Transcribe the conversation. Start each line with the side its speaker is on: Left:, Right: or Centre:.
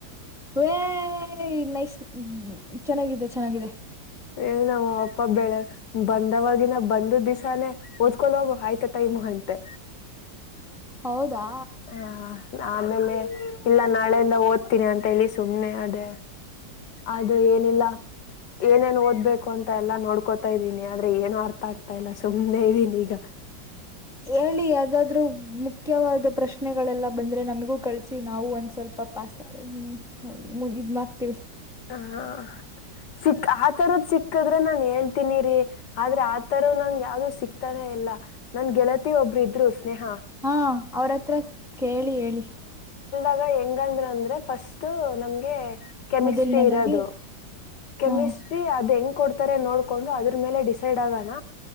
Centre: ೇ ನೈಸ್ ಚೆನ್ನಾಗಿದೆ ಚೆನ್ನಾಗಿದೆ
Left: ಏ ನಾವ ಅಪ್ಪ ಬೆಳೆ ಬಂದವಾಗಿವಾಗಿನ ಬಂದ ದಿವಸಾನೇ ಓದ್ಕೊೊಂಡ ಹೋಗು ಆಯ್ತಾ ಟೈಮ್ ಅಂತೆ
Centre: ಹೌದಾ
Left: ಹಾ ಆಮೇಲೆ ಇಲ್ಲ ನಾಳೆಯಿಂದ ಓದ್ತೀನಿ ಅಂತ ಹೇಳಿ ಸುಮ್ನೆ ಅದೇ ಅದು ಏನಿಲ್ಲ ಏನೇನು ಓದ ಹ ಬಬೇಕು ಅಂತ ಎಲ್ಲಾ ನೋಡ್ಕೋತಾ ಇದೀನಿ ಆದ್ರೆ ಏನನು ಅರ್ಥ ಆಗ್ತಾ ಇಲ್ಲ ಸುಮ್ಮ್ನೆ ಇದ್ದೀನಿ ಈಗ
Centre: ಹೇಳಿ ಯದಾದ್ರೂ ಮುಖ್ಯವಾದ ಪ್ರಶ್ನೆಗಳೆಲ್ಲ ಬಂದ್ರೆ ನಮಗೂ ಕಳ್ಸಿ ನಾವು ಒಂದ್ ಸ್ವಲ್ಪ ಪಸ್್ಮ ಇದ್ ಮಾಡ್ತೀವಿ
Left: ಹ ಸಿಕ್ ಆತರದ ಸಿಕ್ಕದ್ರ ನಾನ್ ಹೇಳ್ತಿನಿರಿ ಆದ್ರೆ ಆತರ ನಂಗ ಯಾವ್ದು ಸಿಕ್ ತಾನೇ ಇಲ್ಲಾ ನನ್ ಗೆಳತಿ ಒಬ್ಬರು ಇದ್ರು ಸ್ನೇಹ
Centre: ಹಾ ಅವ್ರ ಹತ್ರ ಕೇಳಿ ಹೇಳಿ
Left: ಇಾಗ ಹೆಂಗಂದ್ರ ಅಂದ್ರೆ ಫಸ್ಟ್ ಥೂ ನಮ್ಗೆ ಕೆಮಿಸ್ಟ್ರಿ
Centre: ಮೊದಲನೇದಾಗಿ
Left: ಇರೋದು ಕೆಮಿಸ್ಟ್ರಿ
Centre: ಹ್ಮ
Left: ಅದೇ ಹೆಂಗ್ ಕೊಡ್ತಾರೆ ನೋಡ್ಕೊಂಡು ಅದ್ರ ಮೇಲೆ ಡಿಸೈಡ್ ಆಗಣ